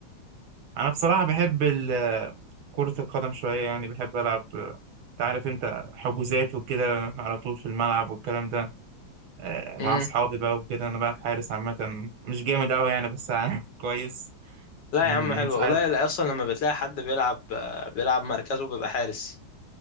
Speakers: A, on the right; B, on the left.
A: انا بصراحة بحب ال- كرة القدم شوية يعني بحب ألعب انت عارف انت حجوزات وكده على طول في الملعب والكلام ده آه، مع
B: امم
A: اصحابي بقى وكده انا بقى حارس عامة مش جامد قوي يعني بس <laughs> كويس
B: لا
A: من
B: يا عم حلو
A: ساعة
B: قليل أصلا لما بتلاقي حد بيلعب آه، بيلعب مركزه بيبقى حارس